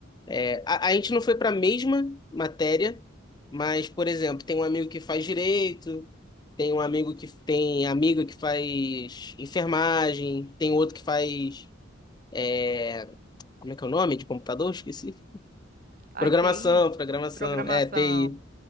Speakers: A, on the left; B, on the right.
A: É, a, a gente não foi para a mesma matéria, mas, por exemplo, tem um amigo que faz direito, tem um amigo que tem amigo que faz enfermagem, tem outro que faz, é, como é que é o nome? De computador? Esqueci.
B: A
A: Programação,
B: TI,
A: programação,
B: programação.
A: é, TI.